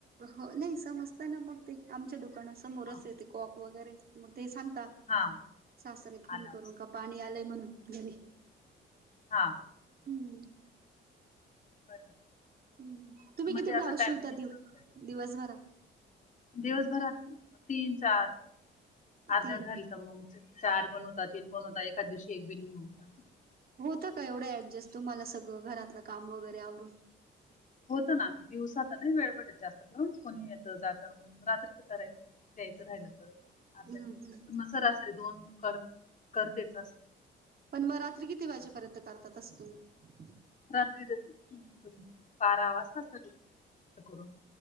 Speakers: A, on the right; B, on the left.
A: हो नाही समजत ना मग ते आमच्या दुकाना समोरच
B: हा
A: येते कॉक वगैरे मग ते सांगता
B: हा
A: सासरे फोन
B: आला वाटतं
A: करू का पाणी आलंय म्हणून घरी?
B: हां हां
A: हम्म
B: बरं
A: हम्म तुम्ही
B: पण मग
A: किती
B: ते
A: ब्लाऊज
B: असं टाइम
A: शिवता
B: तेच
A: दिव
B: नसतं
A: दिवसभरात
B: दिवसभरात तीन, चार अर्जंट
A: तीन
B: राहिल तर मग चार पण होता तीन पण होता एखाद दिवशी एक बी नाही होत.
A: होतं का एवढं ऍडजस्ट तुम्हाला सगळं घरातलं काम वगैरे आवरून
B: होत ना दिवसात नाही वेळ भेटत जास्त करून कोणी येत जात रात्रीच करायचं द्यायचं राहिलं तर अर्जंट
A: हम्म हम्म
B: पण मग खर असं रे दोन कर करतेच अस
A: पण मग रात्री किती वाजेपर्यंत करतात असं तुम्ही
B: रात्री तरी बारा वाजता असत की करून